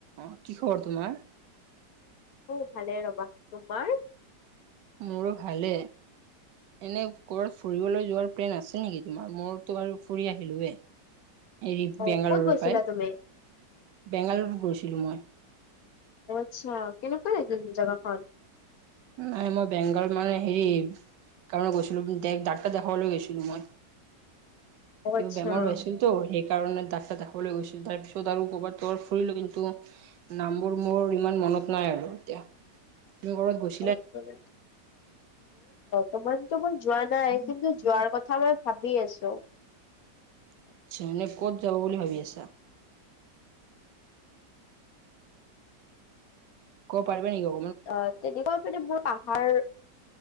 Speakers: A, on the right (about 80°); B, on the left (about 60°).
A: অহ কি খবৰ তোমাৰ?
B: অ ভালে ৰবা। তোমাৰ?
A: মোৰো ভালে। এনে কৰত ফুৰিবলৈ যোৱাৰ প্লেন আছে নেকি তোমাৰ? মোৰতো বাৰু ফুৰি আহিলোয়ে। উ <unintelligible> এৰি
B: অ
A: বেংগালুৰুৰ
B: ক'ত গৈছিলা
A: পৰাই,
B: তুমি
A: বেংগালুৰুত গৈছিলো মই।
B: আচ্ছা। কেনেকুৱা জাগাখন
A: নাই মই বেংগল মানে হেৰি, কাৰন গৈছিলো ডাক্তৰ দেখাবলৈ গৈছিলো মই।
B: অ
A: কিবা
B: আচ্ছা
A: বেমাৰ হৈ তো সেই কাৰণে ডাক্ত দেখাবলৈ গৈছিল। তাৰ পিছত আৰু কৰবাত ত ফুৰিলো কিন্তু নামবোৰ মোৰ ইমান মন মনত নাই আৰু এতিয়া তুমি কৰো বাত
B: অ বত <unintelligible> <unintelligible> তোমাৰতো মই যোৱা নাই। কিন্তু, যোৱাৰ কথা আমাৰ ভাবি আছো।
A: আচ্ছা, এনেই ক'ত যাব বুলি ভাবি আছা? কব পাৰি নেকি কব
B: অ, তেনেকুৱা মানে মোৰ পাহাৰ